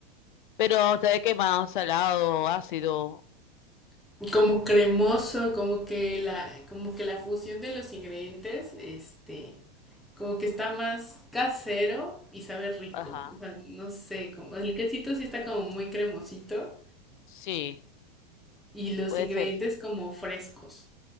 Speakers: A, on the left; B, in the centre.
A: Pero, ¿sabe qué más? Salado, ácido.
B: <laughs> Como cremoso, como que la, como que la fusión de los ingredientes, este, como que está más casero y sabe rico.
A: Ajá.
B: O sea, no sé, como el quesito sí está como muy cremosito
A: Sí,
B: y los
A: puede
B: ingredientes
A: ser,
B: como frescos.